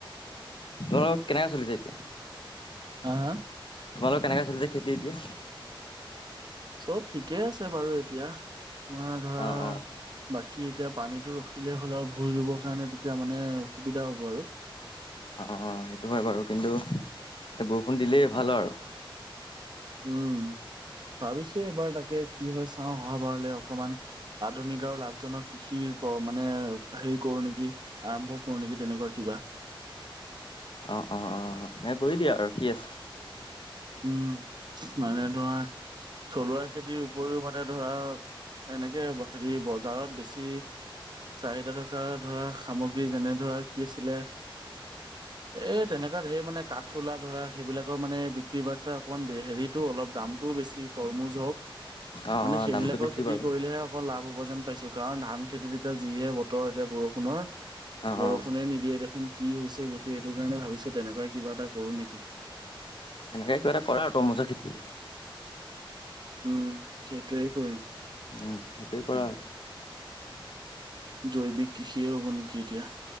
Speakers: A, on the left; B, on the right.
A: তোমালোকৰ কেনেকে চলিছে এতিয়া?
B: হা হা
A: তোমালোকৰ কেনেকে চলিছে খেতি এতিয়া
B: চব ঠিকে আছে বাৰু এতিয়া তোমাৰ ধৰা
A: অ অ
B: ব কি এতিয়া পানীটো ৰখিলেই হ'ল আৰু ভূই ৰুবৰ কাৰণে তেতিয়া মানে সুবিধা হ'ব আৰু।
A: অ অ সেইটো হয় বাৰু, কিন্তু বৰষুণ দিলেই ভাল আৰু।
B: উম ভাবিছো এবাৰ তাকে কি হয় চাওঁ অহা বাৰলৈ অকমান। আধুনিক আৰু লাভজনক কৃষিৰ মানে হেৰি কৰো নেকি আৰম্ভ কৰো নেকি তেনেকুৱা ক বাাহ
A: আহ অ অ সে কৰি দিয়া আৰু কি আছে
B: উম, মানে ধৰা থলুৱা খেতিৰ উপৰিও মানে ধৰা। এনেকে হেৰি বজাৰত বেছি চাহিদা থকা ধৰা সামগ্ৰী যেনে ধৰা কি আছিলে এ তেনেকুৱা ধেৰ মানে ক। থলা ধৰা সেইবিলাকৰ মানে বিক্ৰী বাৰ্তা অকণমান হেৰিটো অলপ দামটোও বেছি তৰমুজ হওক
A: অ
B: মানে
A: অ
B: সেইবিলাকৰ
A: দামটো বেছি
B: খেতি
A: বাৰু
B: কৰিলেহে অকল লাভ হ'ব যেন পাইছো। কাৰণ ধান খেতিত এতিয়া যিহে বতৰ এতিয়া বৰষুণৰ
A: অ
B: বৰষুণে
A: অ
B: নিদিয়ে দেখোন। কি হৈছে গতিে এইটো কাৰণে ভাবিছো তেনেকুৱাই কিবা এটা কৰো নেকি
A: এেনেকে কিবা এটা কৰা তমুজা খেতি
B: উম সেইটোৱেই কৰিম।
A: উম সেইটোৱে কৰা আৰু
B: জৈৱিক কৃষিয়ে হ'ব নেকি এতিয়া।